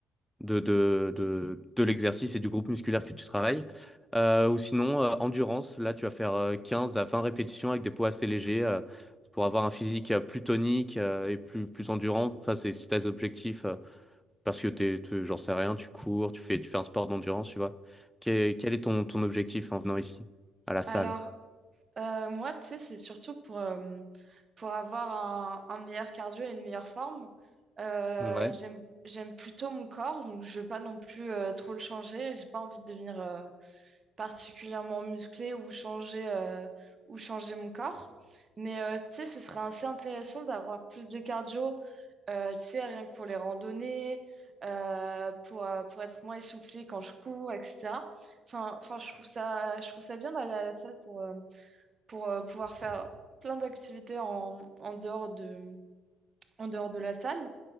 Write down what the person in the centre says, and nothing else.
de, de, de, de l'exercice et du groupe musculaire que tu travailles. Euh, ou sinon, euh, endurance, là tu vas faire euh, 15 à 20 répétitions avec des poids assez légers euh, pour avoir un physique euh, plus tonique euh, et plus, plus endurant. Ça, c'est si tes objectifs, euh, parce que t'es, t'es- j'en sais rien, tu cours, tu fais, tu fais un sport d'endurance, tu vois. Quel, quel est ton, ton objectif en venant ici, à la salle?
Ouais.